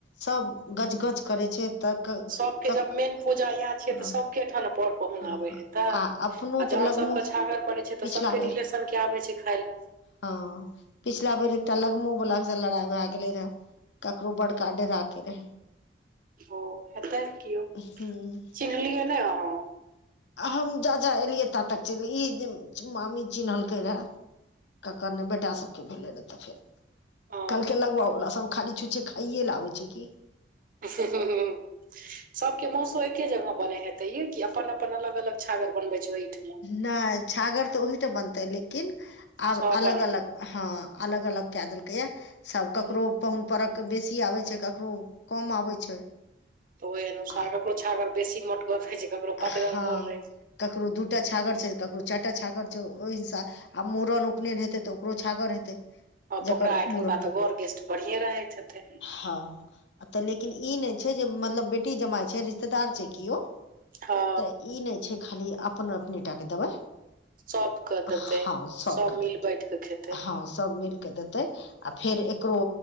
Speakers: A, on the left; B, on the right.
A: सब गज- गज करै छै तऽ। कक
B: सबके जब मेन पूजा इएहे छियै
A: हँ
B: तऽ सबके ठाम पड़- पहुन
A: हँ
B: आबेै हेतेै आ
A: अपनो तऽ
B: जहन
A: लगमो
B: सबके छागर पड़ेै छै
A: पिछला
B: तऽ सबके
A: बेर
B: रिलेशन के आबेै छै खाय लेए।
A: हँ पिछला बेर एकटा लगमो बला से लड़ाइ भए गेलै रहे। ककरो बड़का डेरा के नै
B: ओ हेतै कियो
A: हूँ।
B: चिन्हलियै ने आहाँ?
A: आ हम जा जा एलियै ता तक चैले ई जे मामी चिन्हलकै रहे। ककर नै बेटा सब के भेलै रह तऽ फेर-
B: ओ
A: कहलकेै लगबऽ बला सब खाली छुछे खाइयए लेए आबै छै की-
B: हुँ, हूँ सबके मौसो एके जगह बने हेतै यै की अपन -अपन अलग -अलग छागर बनबै छै। ओहिठमा
A: नैय छागर तऽ ओही तऽ बनतै लेकिन- आब
B: सब अपन
A: अलग-
B: अपन?
A: अलग हँ अलग- अलग केए देलकै यए सब ककरो।
B: हँ,
A: पाहुन परख बेसी आबै छै ककरो कम आबै छै।
B: तऽ ओय अनुसार
A: आ
B: ककरो छागर बेसी मोटगर रहै छै ककरो।
A: हँ
B: पतगरगर रहै छै
A: ककरो दूटा छागर छै ककरो चैरटा छागर छौ ओय हिसा। आ मूड़न उपनैन हेतै तऽ ओकरो छागर हेतै।
B: अ
A: जकर
B: तऽ ओकरा एहिठुनका
A: मूड़न
B: तऽ गड़ गेस्ट बढ़िए रहैत हेतै।
A: हँ। तऽ लेकिन ई ने छै जे मतलब बेटी जमाइ छै रिश्तेदार छै कियो।
B: हँ
A: तऽ ई नै छै खाली अपन अपनेटा के दबइ।
B: सबके देतै
A: हँ सबके
B: सब मिल
A: देतै
B: बैठ कऽ खेतै
A: हँ सब मिलके देत। तै आ फेर एकरो।